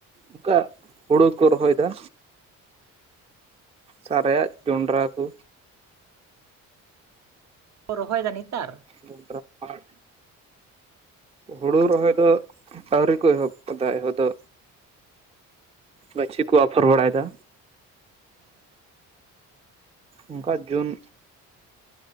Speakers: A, on the right (about 20°); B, on the right (about 60°).
A: ᱚᱱᱠᱟ ᱦᱩᱲᱩ ᱠᱚ ᱨᱚᱦᱚᱭ ᱫᱟ᱾ ᱥᱟᱨᱮᱡᱟᱜ ᱡᱚᱸᱰᱨᱟ ᱠᱚ᱾
B: ᱠᱚ ᱨᱚᱦᱚᱭᱫᱟ ᱱᱮᱛᱟᱨ?
A: ᱡᱚᱸᱵᱨᱟ ᱯᱟᱲ᱾ ᱦᱩᱲᱩ ᱨᱚᱦᱚᱭ ᱫᱚ ᱟᱹᱣᱨᱤ ᱠᱚ ᱮᱦᱚᱵ ᱟᱠᱟᱫᱟ ᱮᱦᱚᱵ ᱫᱚ᱾ ᱜᱟᱹᱪᱷᱤ ᱠᱚ ᱟᱯᱷᱚᱨ ᱵᱟᱲᱟᱭᱫᱟ᱾
B: ᱚ᱾
A: ᱚᱱᱠᱟ ᱡᱩᱱ